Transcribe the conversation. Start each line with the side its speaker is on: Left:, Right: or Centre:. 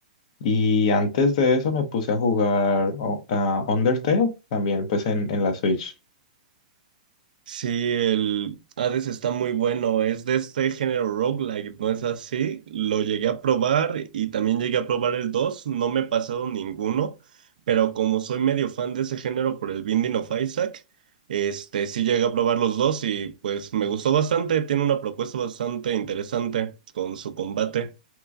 Left: Y antes de eso me puse a jugar o- a Undertale también, pues en, en la Switch.
Right: Sí, el Hades está muy bueno, es de este género roguelike, ¿no es así? Lo llegué a probar y también llegué a probar el 2. no me he pasado ninguno, pero como soy medio fan de ese género por el Binding of Isaac, este sí llegué a probar los dos y pues me gustó bastante, tiene una propuesta bastante interesante con su combate.